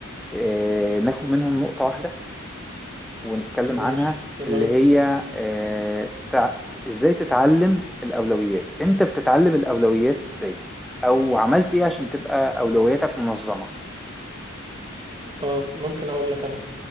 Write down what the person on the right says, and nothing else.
ماشي
يلا
بينا
اه ممكن اقول لك انا